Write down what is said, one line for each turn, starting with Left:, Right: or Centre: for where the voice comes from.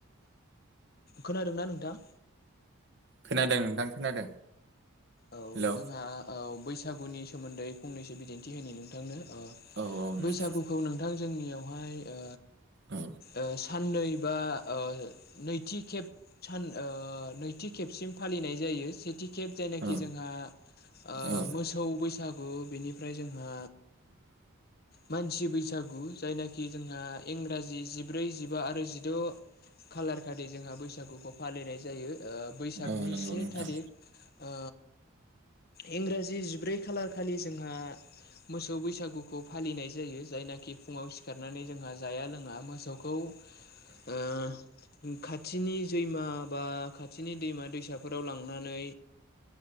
Left: खोनादोंना नोंथां
Right: खोनादों नोंथां खोनादों
Left: औ
Right: हेलौ
Left: जोंहा औ बैसागुनि सोमोन्दै फंनैसो बिदिन्थि होनि नोंथांनो ओ
Right: औ औ नोंथां
Left: बैसागुखौ नोंथां जोंनियावहाय ओ
Right: औ
Left: ओ‌ साननै बा ओ नैथि खेब सान ओ नैथि खेबसिम फालिनाय जायो सेथि खेब जायनाखि खि
Right: औ
Left: जोंहा ओ
Right: औ
Left: मोसौ बैसागु बेनिफ्राय जोंहा मानसि बैसागु जायनाखि जोंहा इंराजि जिब ब्रै जिबा आरो जिद खालार खालि जोंहा बैसागुखौ फालिनाय जायो ओ बैसागनि
Right: औ नंगौ
Left: से
Right: नोंथां
Left: थारिख ओ इंराजि जिब्रै खालार खालि जोंहा मोसौ बैसागुखौ फालिनाय जायो जायनाखि फुङाव सिखारनानै जोंहा जाया लों आ मोसौखौ ओ खाथिनि जैमा बा खाथिनि दैमा दैसाफोराव लांनानै